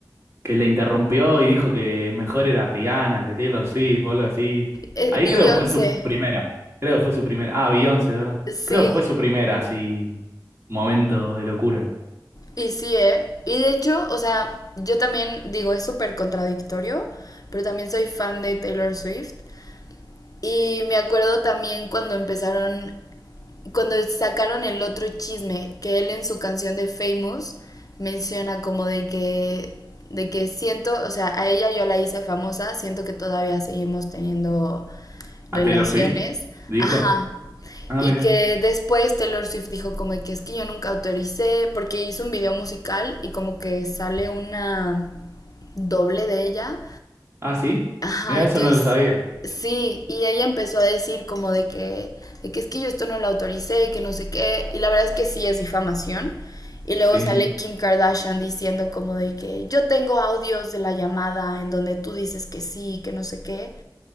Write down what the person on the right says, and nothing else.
Que le interrumpió y dijo que mejor era Rihanna que Taylor Swift o algo así.
Ahí
creo fue su primera. Creo fue su primera. Ah, Beyoncé, ¿verdad?
Creo fue su primera, así, momento de locura.
¿A
Taylor Swift? Dijo.
Ah,
mira.
Ah, sí.
Mira,
eso no lo sabía.
Sí.